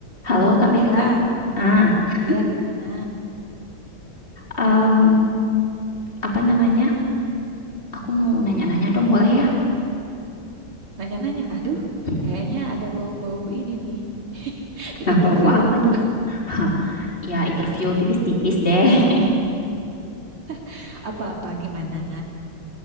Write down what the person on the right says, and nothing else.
Ya kak,
iya gimana?
Nanya-nanya, aduh,
kayaknya ada bau-bau ini nih <laughs> di
interview
aku.
<laughs> Apa-apa gimana?